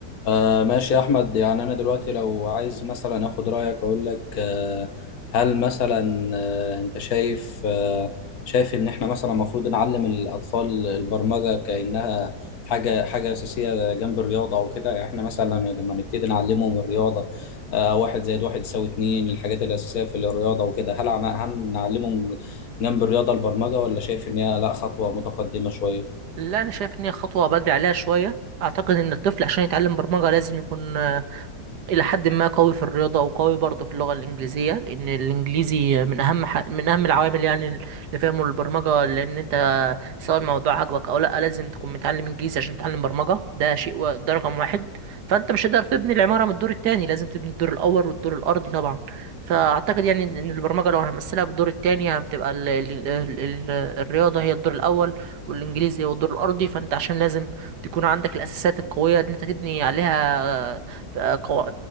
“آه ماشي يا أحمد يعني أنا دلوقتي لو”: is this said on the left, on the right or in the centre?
Left